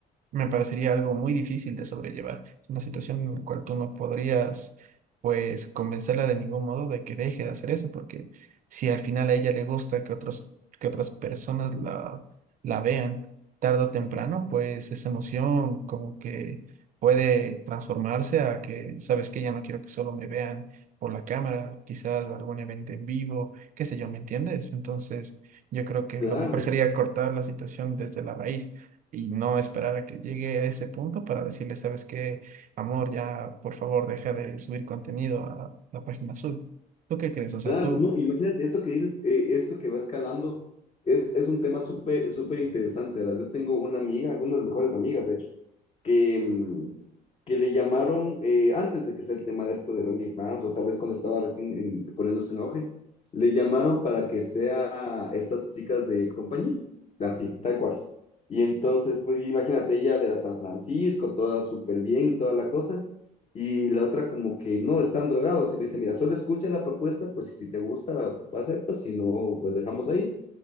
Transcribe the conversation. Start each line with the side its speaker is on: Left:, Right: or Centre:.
Right: me parecería algo muy difícil de sobrellevar. Es una situación en la cual tú no podrías, pues, convencerla de ningún modo de que deje de hacer eso, porque si al final a ella le gusta que otros, que otras personas la, la vean tarde o temprano, pues esa emoción como que puede transformarse a que, sabes que ya no quiero que solo me vean por la cámara, quizás algún evento en vivo, qué sé yo, ¿me entiendes? Entonces, yo creo que
Left: Claro.
Right: lo mejor sería cortar la situación desde la raíz y no esperar a que llegue a ese punto para decirle, ¿sabes qué, amor? Ya, por favor, deja de subir contenido a la página azul. ¿Tú qué crees? O sea,
Left: Claro,
Right: tú,
Left: no, imagínate, esto que dices, eh, esto que va escalando, es, es un tema súper, súper interesante, ¿verdad? Yo tengo una amiga, una de mis mejores amigas, de hecho, que, mm, que le llamaron, eh, antes de que sea el tema de esto del OnlyFans, o tal vez cuando estaba recién en- poniéndose en auge, le llamaron para que sea estas chicas de compañía, así, tal cual. Y entonces, pues imagínate, ella de la San Francisco, toda súper bien, toda la cosa, y la otra como que no, están drogados. Y le dice, mira, solo escucha la propuesta, pues y si te gusta, aceptas, si no, pues dejamos ahí.